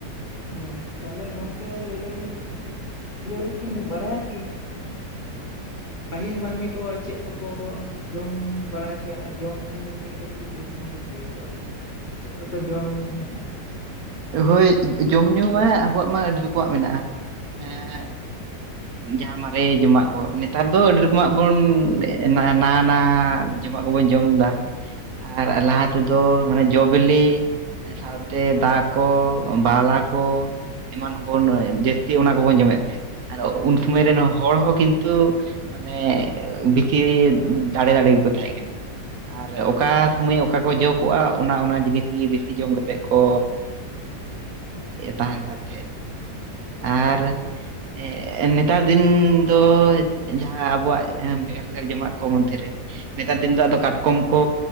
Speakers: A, on the left (about 45°); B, on the right (about 65°).
A: ᱦᱳᱭ, ᱛᱟᱦᱚᱞᱮ ᱜᱚᱝᱠᱮ ᱞᱟᱹᱭ ᱫᱟᱹᱞᱤᱧ ᱡᱮ ᱢᱮᱱᱛᱮ ᱵᱟᱲᱟᱭᱟ ᱠᱤ ᱯᱟᱹᱦᱤᱞ ᱢᱟᱹᱱᱢᱤ ᱠᱚ ᱪᱮᱫ ᱠᱚᱠᱚ ᱡᱚᱢ ᱵᱟᱲᱟᱭ? ᱚᱱᱟ ᱡᱚᱢᱼ ᱧᱩ ᱱᱤᱭ ᱠᱟᱹᱴᱤᱡ ᱵᱷᱟᱹᱜᱭᱟᱼᱟ ᱟᱨᱠᱤ ᱪᱮᱫ ᱞᱮᱠᱟ ᱠᱚ ᱡᱚᱢ ᱛᱟᱦᱮᱸᱫᱼᱟ?
B: ᱦᱳᱭ, ᱡᱚᱢ ᱧᱩ ᱢᱟ ᱟᱵᱚᱣᱟᱜ ᱢᱟ ᱟᱹᱰᱤ ᱨᱚᱠᱚᱢᱟᱜ ᱢᱮᱱᱟᱜᱼᱟ ᱾
A: <inaudible>
B: ᱡᱟᱦᱟᱸ ᱢᱟᱨᱮ ᱡᱚᱢᱟᱜ ᱠᱚ, ᱱᱮᱛᱟᱨ ᱫᱚ ᱟᱹᱰᱤ ᱨᱚᱠᱚᱢᱟᱜ ᱵᱚᱱ ᱱᱟᱶᱟ ᱱᱟᱶᱟ ᱡᱚᱢᱟᱜ ᱠᱚᱵᱚᱱ ᱡᱚᱢ ᱮᱫᱟ ᱟᱨ ᱞᱟᱦᱟ ᱛᱮᱫᱚ ᱢᱟᱱᱮ ᱡᱚ ᱵᱤᱞᱤ ᱥᱟᱶ ᱛᱮ ᱫᱟᱜ ᱠᱚ, ᱵᱟᱢᱞᱟ ᱠᱚ, ᱮᱢᱟᱱ ᱠᱚᱵᱚᱱ ᱡᱟᱹᱥᱛᱤ ᱚᱱᱟ ᱠᱚᱵᱚᱱ ᱡᱚᱢᱮᱫ ᱛᱟᱦᱮᱸᱫ ᱾ ᱩᱱ ᱥᱚᱢᱚᱭ ᱨᱮᱱ ᱦᱚᱲ ᱦᱚᱸ ᱠᱤᱱᱛᱩ ᱢᱟᱱᱮ ᱵᱤᱥᱤ ᱫᱟᱲᱮ ᱫᱟᱲᱮ ᱜᱮᱠᱚ ᱛᱟᱦᱮᱸ ᱠᱟᱱᱟ ᱾ ᱟᱨ ᱚᱠᱟ ᱥᱳᱢᱚᱭ ᱚᱠᱟ ᱠᱚ ᱡᱚᱜ ᱛᱯᱚᱜᱼᱟ, ᱚᱱᱟ ᱚᱱᱟ ᱡᱤᱱᱤᱥ ᱜᱮ ᱵᱤᱥᱤ ᱡᱚᱢ ᱠᱟᱛᱮ ᱠᱚ ᱮ ᱛᱟᱦᱮᱱ ᱠᱟᱱ ᱛᱟᱦᱮᱸᱫ ᱟᱨ ᱦᱮᱸ ᱱᱮᱛᱟᱨ ᱫᱤᱱ ᱫᱚ ᱡᱟᱦᱟᱸ ᱟᱵᱚᱣᱟᱜ ᱡᱚᱢᱟᱜ ᱠᱚ ᱢᱚᱫᱽᱫᱷᱮ ᱨᱮ, ᱱᱮᱛᱟᱨ ᱫᱤᱱ ᱫᱚ ᱟᱫᱚ ᱠᱟᱴᱠᱚᱢ ᱠᱚ,